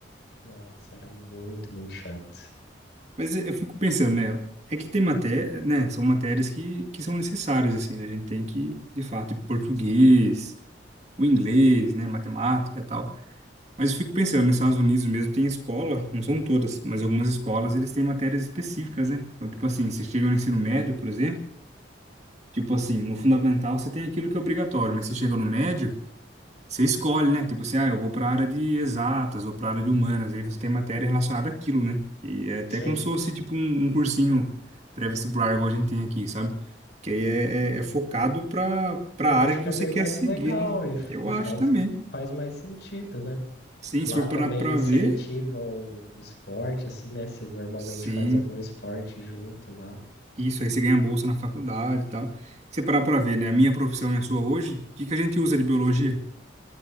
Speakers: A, on the left; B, on the right.
A: Nossa, era muito, muito chato.
B: Mas eu fico pensando, né? É que tem matéria, né? São matérias que, que são necessárias, assim, né? A gente tem que, de fato, português, o inglês, né? Matemática e tal. Mas eu fico pensando, nos Estados Unidos mesmo tem escola, não são todas, mas algumas escolas eles têm matérias específicas, né? Então, tipo assim, você chega no ensino médio, por exemplo, tipo assim, no fundamental você tem aquilo que é obrigatório, mas você chega no médio, você escolhe, né? Tipo assim, ah, eu vou para a área de exatas ou para a área de humanas, aí você tem matéria relacionada àquilo, né? E é até
A: Sim,
B: como se fosse tipo um, um cursinho pré-vestibular, igual a gente tem aqui, sabe? Que aí é, é, é focado para para
A: eu
B: a
A: acho
B: área que
A: que
B: você
A: é bem
B: quer
A: mais
B: seguir,
A: legal
B: né?
A: e, f-
B: Eu
A: e
B: acho
A: faz
B: também.
A: um, faz mais sentido, né?
B: Sim,
A: Lá
B: se for
A: também
B: parar para
A: incentivam
B: ver.
A: o esporte, assim, né? Você normalmente
B: Sim,
A: faz algum esporte junto lá.
B: Isso, aí você ganha bolsa na faculdade e tal. Se você parar pra ver, né? A minha profissão e a sua hoje, o que que a gente usa de biologia?